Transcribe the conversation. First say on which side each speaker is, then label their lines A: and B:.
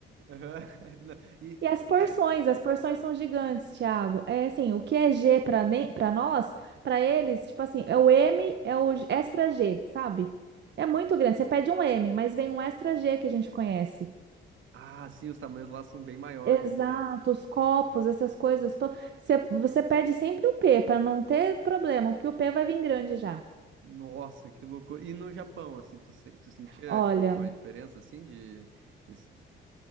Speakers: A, on the right; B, on the right.
A: Aham. <laughs> Não, E,
B: E as porções,
A: e- é.
B: as porções são gigantes, Thiago. É assim, o que é G para nem para nós, para eles, tipo assim, é o M, é o extra G, sabe? É muito grande. Você pede um M, mas vem um extra G que a gente conhece.
A: Ah, sim, os tamanhos lá são bem maiores,
B: Exato,
A: né?
B: os copos, essas coisas. to- Você, você pede sempre o P para não ter problema, porque o P vai vir grande já.
A: Nossa, que loucura. E no Japão, assim, tu, se- tu sentia,
B: Olha,
A: tipo, alguma diferença, assim, de... nesse-